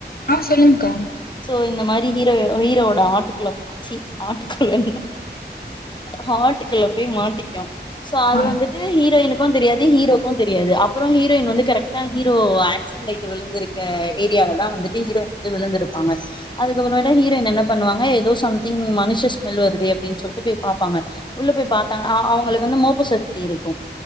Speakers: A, on the left (about 55°); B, on the left (about 25°).
A: ஆ சொல்லுங்க்கா
B: இப்போ இந்த மாரி ஹீரோ ஹீரோட ஆட்டுக்குள்ள ஆட்டுக்குள்ள ஹட்டுக்குள்ள போய் மாட்டிக்கு சோ அது
A: ஆ
B: வந்துட்டு ஹீரோயின்க் க்கு தெரியாது ஹீரோக்கு தெரியாது அப்புறோ ஹீரோயின் வந்து கரெக்டா ஹீரோ ஆக்சடன்ட்டாய்ட்டு விழு க்க ஏரியாலதா வந்துட்டு ஹீரோயின் வந்து விழுந்திருப்பாங்க அதுக்கப்பமேட்டு ஹீரோயின் என்ன பண்ணுவாங்க எதோ சம்திங் மனுஷ ஸ்மெல் வருதே அப்டின் சொல்ட்டு போய் பாப்பாங்க உள்ள போய் பாத்தாங்க் அ அவங்களுக்கு வந்து மோப்ப சத்தி இருக்கு